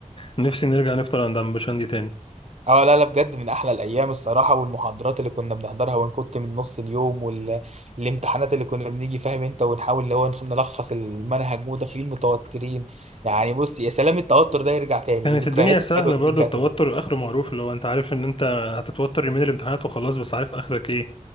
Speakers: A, on the left (about 40°); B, on the right (about 55°).
A: نفسي نرجع نفطر عند عم بشندي تاني
B: اه لا لا بجد من احلى الايام الصراحه والمحاضرات اللي كنا بنحضرها ونكت من نص اليوم والامتحانات اللي كنا بنيجي فاهم انت ونحاول اللي هو نخ- نلخص المنهج وداخلين متوترين يعني بص يا سلام التوتر ده يرجع تاني
A: كانت
B: والذكريات
A: الدنيا سهله
B: الحلوه دي
A: برضو
B: ترجع
A: التوتر
B: تاني
A: اخره معروف اللي هو انت عارف ان انت هتتوتر يومين الامتحانات وخلاص بس عارف اخرك ايه